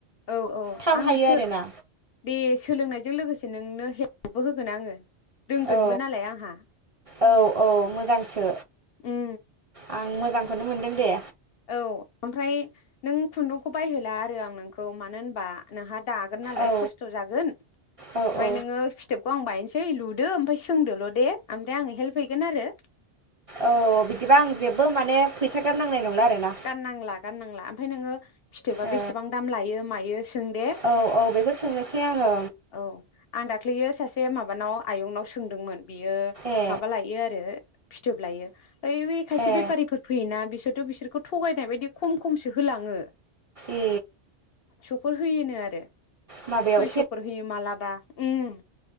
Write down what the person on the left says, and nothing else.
औ औ
आङो
सो
दे सोलोंनायजों लोगोसे। नोंनो हेपबो होगोन आङो। रोंगोनबो
नालाय आंहा
उम।
औ ओमफ्राय नों खुन्दुंखौ बायहोला आरो आं नोंखौ मानो होनबा नोंहा। दागोन नालाय
खस्थ' जागोन ओमफ्राय
नोङो फिथोब बेखौ आं बायनोसै लुदो ओमफ्राय सोंदोल' दे ओमफ्राय आङो हेल्प हैगोन आरो
कानांला गार नांला ओफ्राय नोङो फिथोबा
बेसेबां दाम लायो मायो सों दे।
औ आं दा दाख्लैयो सासे माबानाव आयंनाव सोंदोंमोन। बियो
माबा लायो आरो फिथोब लायो ओइ बे खायसे
बेफारिफोर फैयोना बिसोर बिसोरखौ थगायनाय बायदि खम खमसो होलाङो
अह होयोनो आरो
सयसफोर होयो मालाबा ओम